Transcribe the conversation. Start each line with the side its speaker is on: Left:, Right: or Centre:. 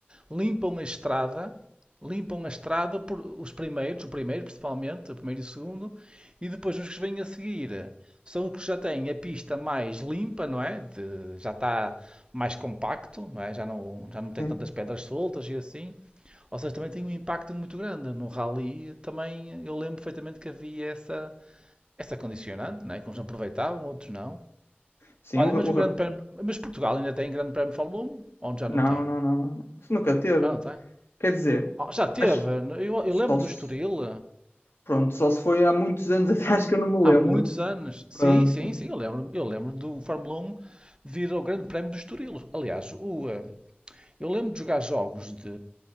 Right: limpam a estrada, limpam a estrada por os primeiros, o primeiro principalmente, o primeiro e o segundo, e depois os que vêm a seguir são os que já têm a pista mais limpa, não é? De- já está mais compacto, não é? Já não, já não tem
Left: Sim,
Right: tantas pedras soltas e assim. Ou seja, também tem um impacto muito grande. No rally também eu lembro perfeitamente que havia essa, essa condicionante, não é? Que uns aproveitavam, outros não.
Left: sim
Right: Olha,
Left: o, ra-
Right: mas
Left: o
Right: o Grande
Left: ra-
Right: Prémio, mas Portugal ainda tem Grande Prémio de Fórmula 1? Onde já
Left: Não,
Right: não tem?
Left: não, não, não. Isso nunca teve.
Right: Já não tem?
Left: Quer dizer,
Right: Oh, já teve.
Left: acho,
Right: Eu, eu lembro
Left: Só
Right: do
Left: se,
Right: Estoril
Left: pronto, só se foi há muitos anos <laughs> atrás que eu não me
Right: há
Left: lembro.
Right: muitos anos. Sim,
Left: Pronto.
Right: sim, sim, eu lembro. Eu lembro do Fórmula 1 vir ao Grande Prémio do Estoril. Aliás, o, eh, eu lembro de jogar jogos de